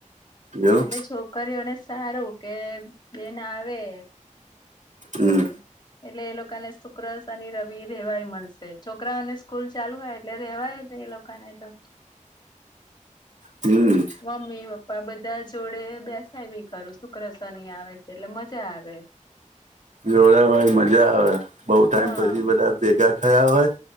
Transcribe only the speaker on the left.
એટલે છોકરીઓને સારું કે બેન આવે તો
એટલે એ લોકોને શુક્ર શનિ રવિ રહેવાય મળશે છોકરાઓને સ્કૂલ ચાલુ હોય એટલે રેવાય જ એ લોકોને તો
મમ્મી પપ્પા બધા જ જોડે બેસાય બી ખરું શુક્ર શનિ આવે છે એટલે મજા આવે
હા